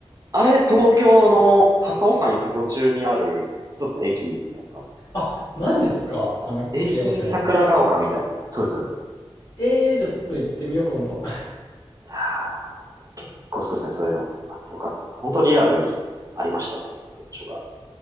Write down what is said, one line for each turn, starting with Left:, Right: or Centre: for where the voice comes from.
Right: あれ、東京の高尾山行く途中にある一つの駅だったはずです。
Left: あ、マジっすかあの、
Right: 京浜桜ヶ丘みたいな。
Left: 京王線の。
Right: そうです、そうです。
Left: ええー、じゃあちょっと行ってみよう今度。
Right: はあ結構そうですね、そういうのあってよかったです。本当リアルにありましたね、そういう場所が。